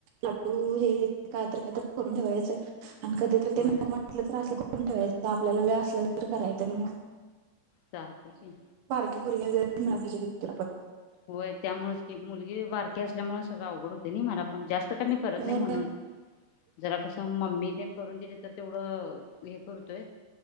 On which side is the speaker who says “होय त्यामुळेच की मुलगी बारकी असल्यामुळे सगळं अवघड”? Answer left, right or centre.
Left